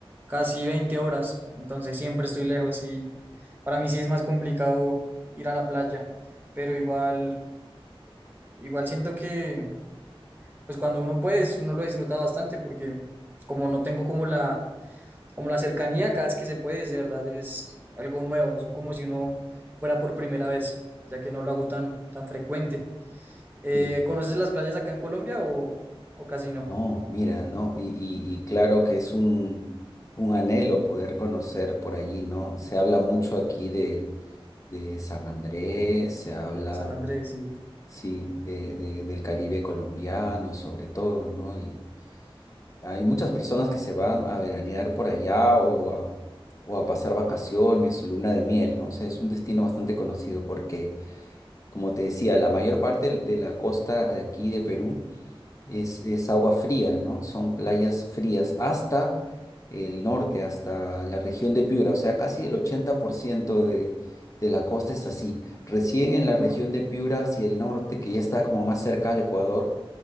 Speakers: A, on the right; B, on the left.
A: casi 20 horas, entonces siempre estoy lejos y para mí sí es más complicado ir a la playa, pero igual, igual siento que pues cuando uno puede, uno lo disfruta bastante porque como no tengo como la como la cercanía cada vez que se puede, es de verdad, es algo nuevo, es como si uno fuera por primera vez, ya que no lo hago tan, tan frecuente. Eh,
B: Sí,
A: ¿conoces las playas acá en Colombia o, o casi no?
B: no, mira, ¿no? Y, y- y claro que es un, un anhelo poder conocer por allí, ¿no? Se habla mucho aquí de, de San Andrés, se habla
A: San Andrés, sí.
B: Sí, de, de- del Caribe colombiano sobre todo, ¿no? Y hay muchas personas que se van a veranear por allá o a, o a pasar vacaciones su luna de miel, ¿no? O sea, es un destino bastante conocido porque, como te decía, la mayor parte de la costa de aquí de Perú es, es agua fría, ¿no? Son playas frías hasta el norte, hasta la región de Piura, o sea, casi el 80% de, de la costa es así. Recién en la región
A: Ah.
B: de Piura hacia el norte, que ya está como más cerca al Ecuador,